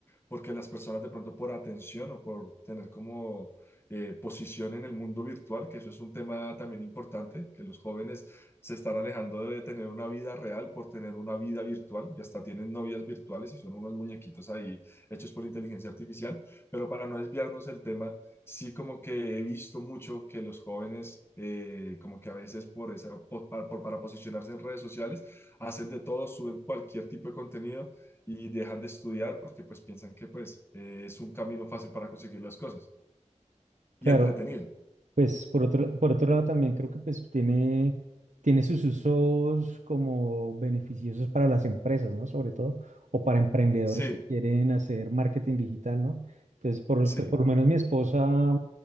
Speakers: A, on the left; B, on the right.
A: porque las personas de pronto por atención o por tener como eh, posición en el mundo virtual, que eso es un tema también importante, que los jóvenes se están alejando de tener una vida real por tener una vida virtual y hasta tienen novias virtuales y son unos muñequitos ahí hechos por inteligencia artificial, pero para no desviarnos del tema, sí como que he visto mucho que los jóvenes eh, como que a veces por esa, por- para, por- para posicionarse en redes sociales, hacen de todo, suben cualquier tipo de contenido y dejan de estudiar porque pues piensan que pues eh, es un camino fácil para conseguir las cosas
B: Claro.
A: y entretenido.
B: Pues por otro, por otro lado también creo que pues tiene, tiene sus usos como beneficiosos para las empresas, ¿no? Sobre todo, o para emprendedores
A: Sí,
B: que quieren hacer marketing digital, ¿no? Entonces, por,
A: sí,
B: pues, por lo menos mi esposa